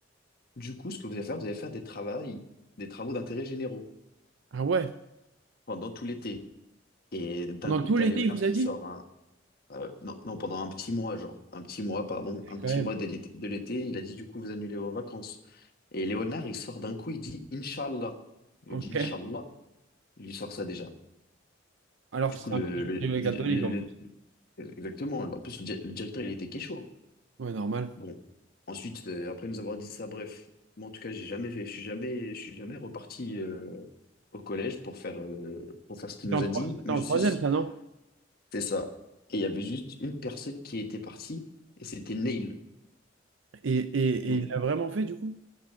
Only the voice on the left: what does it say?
Du coup, ce que vous allez faire, vous allez faire des travaux, des travaux d'intérêt généraux
pendant tout l'été. Et d'un
coup,
t'as
Léonard
qui
sort un, euh, non, non, pendant un petit mois, genre, un petit mois, pardon, un petit
mois de l'été, de l'été, il a dit, du coup, vous annulez vos vacances. Et Léonard, il sort d'un coup, il dit, Inch'Allah. Il
dit, Inch'Allah, il lui sort ça déjà.
Du
coup,
le,
le-
le-
le-
le- exactement. En plus, le, di- le directeur, il était Kécho.
Bon. Ensuite, euh, après nous avoir dit ça, bref. Moi, en tout cas, j'ai jamais fait, je suis jamais, je suis jamais reparti euh, au collège pour faire, euh, pour faire ce qu'il
nous
a
dit.
Mais
je suis,
c'est ça. Et il y avait juste une personne qui était partie, et c'était Neil.
Ne-